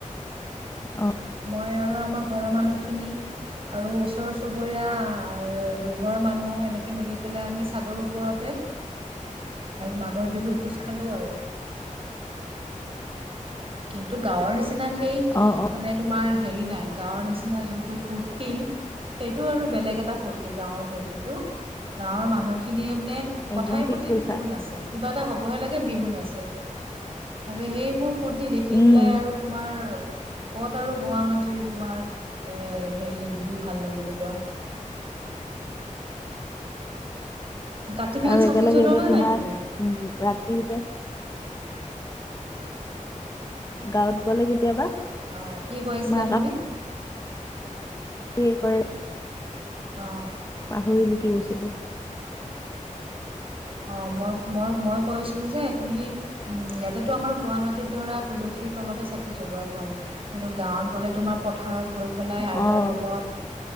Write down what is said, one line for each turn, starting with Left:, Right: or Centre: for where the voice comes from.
Left: অ
Right: মই আৰু আমাৰ ঘৰৰ মানুহখিনি আৰু ওচৰ চুবুৰীয়া দুঘৰ মানুহ এনেকৈ মিলি পেলাই আমি চাদৰ ওপৰতে মাঘৰ বিহুৰ ভোজ খালো আৰু কিন্তু গাঁৱৰ নিচিনা সেই
Left: অ অ
Right: মানে তোমাৰ হেৰি নাই গাঁৱৰ নিচিনা যোনটো ফূৰ্তি সেইটো আৰু বেলেগ এটা ফূুৰ্তি গাঁৱৰ ফূৰ্তিটো গাঁৱৰ মানুহখিনিয়ে মানে
Left: একদম
Right: কথাই
Left: ঠিক
Right: প্ৰতি
Left: কৈছা
Right: বিহু নাচে কিবা এটা হ'বহে লাগে বিহু নাছে আৰু সেইবোৰ ফূৰ্তি দেখি
Left: উম
Right: পেলাই আৰু তোমাৰ ক'ত আৰু গুৱাহাটীৰ তোমাৰ এ হেৰি বিহু ভাল লাগিব কোৱা কাতি বিহুত
Left: আৰু একেলগে
Right: চাকি জ্বলোৱা
Left: যে
Right: নে
Left: তোমাৰ
Right: নাই তুমি
Left: উম ৰাতিও যে গাঁৱত গলে কেতিয়াবা
Right: অ কি কৈ আছিলা
Left: তোমাৰ
Right: তুমি
Left: কি কৰে
Right: অঁ
Left: পাহৰিলো কি গৈছিলো
Right: অ মই মই মই কৈছিলো যে তুমি উম ইয়াতেতো আমাৰ গুৱাহাটীত ধৰা তুলসীৰ তলতে চাকি জ্বলোৱা হয় কিন্তু গাঁৱত গ'লে তোমাৰ পথাৰত গৈ পেলাই আইতাৰ
Left: অ',
Right: লগত